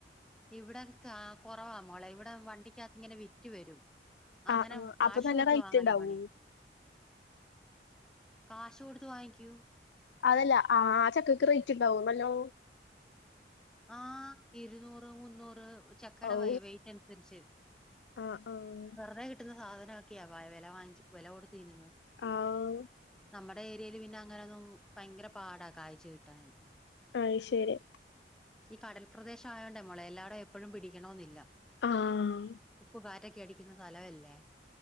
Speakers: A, in the centre; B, on the left (about 75°).
A: ഇവിടെ കാ കുറവാമോളെ ഇവിടെ വണ്ടിക്കകത്ത് ഇങ്ങനെ വിറ്റ് വരും അങ്ങനെ
B: ആഹ് ആഹ്
A: കാശ്
B: അപ്പൊ നല്ല
A: കൊടുത്ത
B: റേറ്റ്
A: വാങ്ങല
B: ഇണ്ടാവോ
A: പാണി കാശ് കൊടുത്ത് വാങ്ങിക്കൂ
B: അതല്ല ആ ചക്കക്ക് റേറ്റ് ഉണ്ടാവും നല്ലോ
A: ആഹ് ഇരുന്നൂറ് മുന്നൂറ് ചക്കടെ
B: ഔ
A: വൈ വെയ്റ്റ് അനുസരിച്ച്
B: ആഹ് ആഹ്
A: വെറുതെ കി ട്ടുന്ന സാധനക്കെയാ വില വാങ്ങിച്ച് വില കൊടുന്ന് തിന്നുന്ന്
B: ആഹ്
A: നമ്മുടെ ഏരിയയിൽ പിന്നെ അങ്ങനൊന്നും ഭയങ്കര പാടാ കാഴ്ച കിട്ടാൻ
B: അയ്ശെരി
A: ഈ കടൽപ്രദേശായോണ്ടേ മോളെ എല്ലായിടും എപ്പഴും പിടിക്കണോന്നില്ല
B: ആഹ്
A: ഉപ്പുക റ്റൊക്കെ അടിക്കുന്ന സ്ഥലമല്ലേ